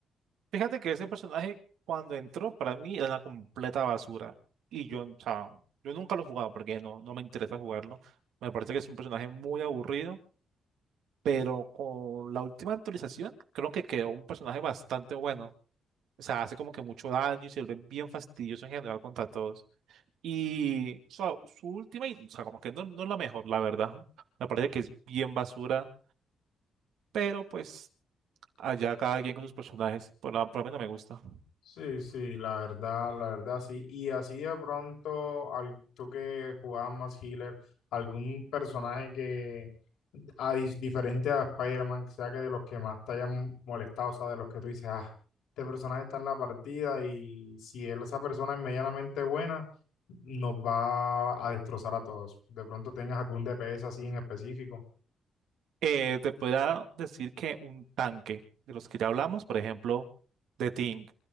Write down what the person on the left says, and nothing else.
Sí, sí, la verdad, la verdad, sí. Y así de pronto, al, tú que jugabas más healer, algún personaje que a dis- diferente a Spider-Man, que sea que de los que más te hayan molestado, o sea, de los que tú dices, ah, este personaje está en la partida y si él, esa persona es medianamente buena, nos va a destrozar a todos. De pronto tengas algún DPS así en específico.